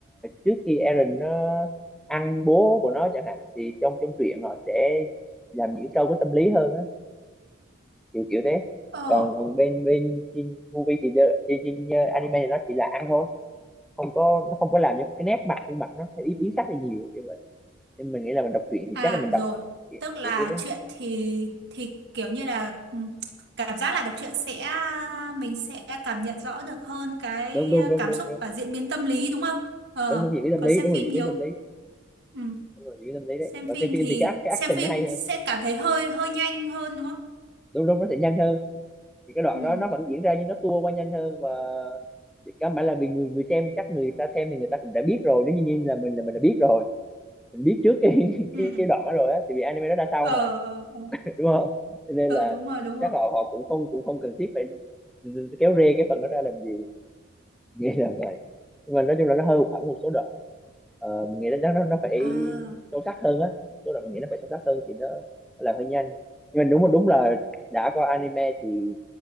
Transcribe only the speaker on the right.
ờ
à
rồi
tức là
chuyện thì thì kiểu như là ừm, cảm giác là đọc truyện sẽ mình sẽ cảm nhận rõ được hơn cái
ờ,
cảm
xúc
và diễn biến tâm lý đúng không ờ
còn
xem
phim
nhiều
ừ.
xem phim
thì
xem
phim
sẽ
cảm thấy hơi hơi nhanh hơn đúng không
ừ
ừ
ờ
ờ
ờ
Ờ,
đúng rồi đúng rồi
à